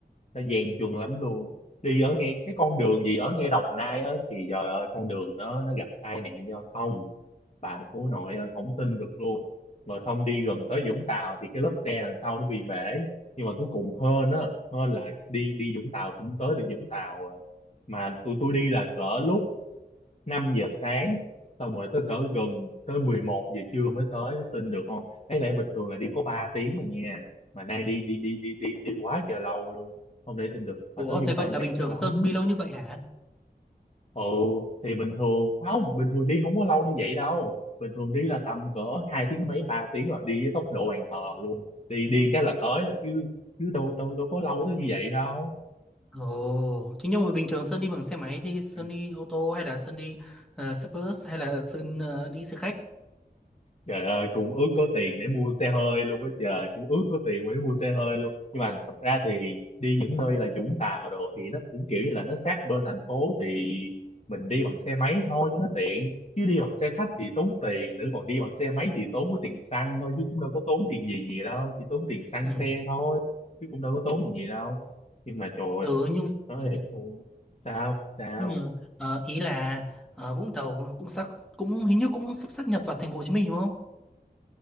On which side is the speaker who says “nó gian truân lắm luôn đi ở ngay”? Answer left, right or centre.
Left